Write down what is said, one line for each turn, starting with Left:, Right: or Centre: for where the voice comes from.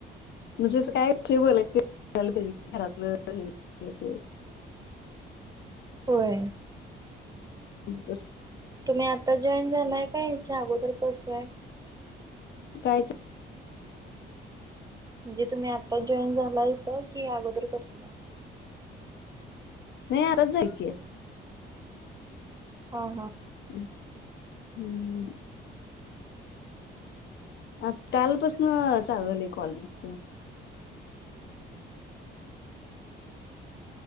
Left: म्हणजे काय विषय बोलायच कराला पाहिजे घरातल हे अस
Right: होय.
Left: ह तस
Right: तुम्ही आता जॉईन झालाय का याच्या अगोदर पासूय
Left: कायच
Right: म्हणजे तुम्ही आताच जॉईन झाला इथ, कि अगोदर पासूनये?
Left: नाही आराज झाली की.
Right: ह हा.
Left: हम्म. आ कालपासन चालू झाले कॉल च.